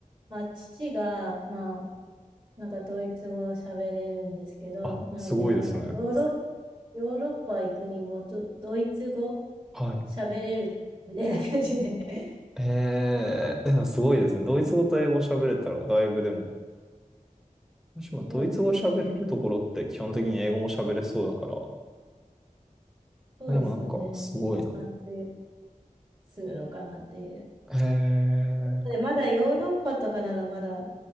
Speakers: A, on the right; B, in the centre.
A: まあ、父が、まあ、なんかドイツ語を喋れるんですけど、
B: あ、
A: なのでなんかヨーロッ
B: すごいですね。
A: ヨーロッパ行くにもド、ドイツ語
B: はい。
A: 喋れるみたいな感じで。<laughs>
B: えー、でもすごいですね。ドイツ語と英語喋れたらだいぶでも。もしもドイツ語喋れるところって基本的に英語も喋れそうだから、
A: そうですね。そうですよね。
B: でもなんか、すごいな。
A: まあ、通用するのかなっていう。
B: へえ、
A: でまだヨーロッパとかならまだ